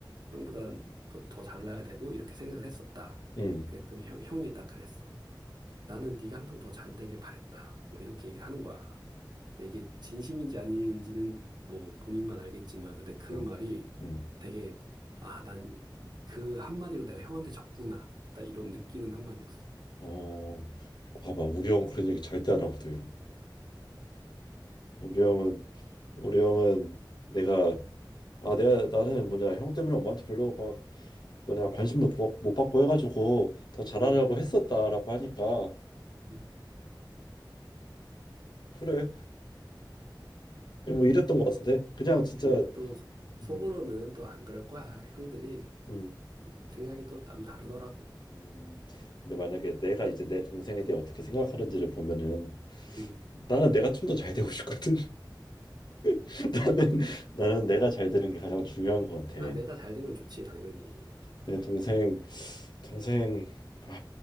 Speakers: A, on the right (about 60°); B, on the left (about 60°).
A: 형보다 너 더 잘나야 되고 이렇게 생각을 했었다.
B: 음,
A: 그랬더니 형, 형이 딱 그랬어. 나는 네가 항상 더 잘 되길 바랬다. 뭐 이렇게 얘기를 하는 거야. 근데 이게 진심인지 아닌지는 뭐 본인만 알겠지만 근데 그
B: 음,
A: 말이
B: 음.
A: 되게 아, 난 그 한마디로 내가 형한테 졌구나. 딱 이런 느끼는 한마디였어.
B: 어, 봐봐 우리 형 그런 얘기 절대 안 하거든. 우리 형은 우리 형은 내가 아, 내가 나는 뭐냐 형 때문에 엄마한테 별로 막 뭐냐 관심도 부- 못 받고 해가지고 더 잘하려고
A: 음,
B: 했었다라고 하니까
A: 음.
B: 그래 뭐 이랬던 것 같은데 그냥 진짜
A: 근데 또 소- 속으로는
B: 음,
A: 또 안 그럴 거야. 형들이
B: 음,
A: 생각이 또 남 다르더라고.
B: 음. 근데 만약에 내가 이제 내 동생에 대해 어떻게 생각하는지를 보면은
A: 음.
B: 나는 내가 좀 더 잘 되고 싶거든 <laughs> 나는 나는 내가 잘 되는 게 가장 중요한 것 같아
A: 아, 내가 잘 되면 좋지, 당연히.
B: 내 동생 동생 아,